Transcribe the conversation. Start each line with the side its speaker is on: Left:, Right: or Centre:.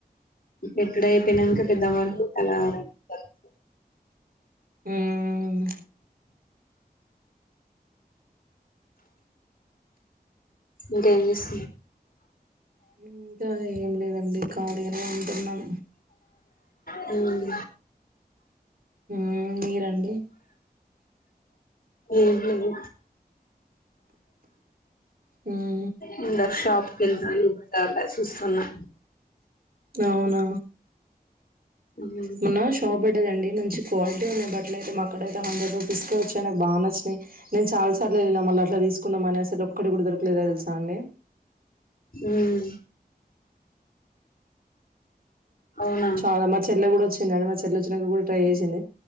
Left: ఎక్కడయిపోయినాంక పెద్ద వన్కు అలా రే కన్
Right: మ్మ్ మ్
Left: ఇంకేం చేస్
Right: ఇంకా ఏం లేదండి కాలీగనే ఉంటున్నాం
Left: హ్మ్
Right: హుమ్ మీరండి
Left: ఏం లేదు
Right: మ్మ్
Left: ముందర్ షాప్ కెళ్తాళ్ళు హుక్తాలా చూస్తున్నా
Right: అవునా
Left: ఉమ్
Right: మన్న షాప్ బెట్ లేదండి మంచి క్వాలిటీ ఉన్నయి, బట్లయితే మాకాడ హండ్రెడ్ రూపీస్ కే వచ్చాయి నాక్ బా నచ్చినాయి. నేను చాల్ సార్లు ఎల్లిన మళ్ళ అట్లా తీసుకుందాం అని అసలు ఒక్కడి కూడా దొరకలేదా తెలుసా అండి.
Left: హ్మ్ అవునా
Right: చాల మా చెల్ గూడ వచ్ ఇందాక మా చెల్లి వచ్చినా కూడా ట్రై చేసింది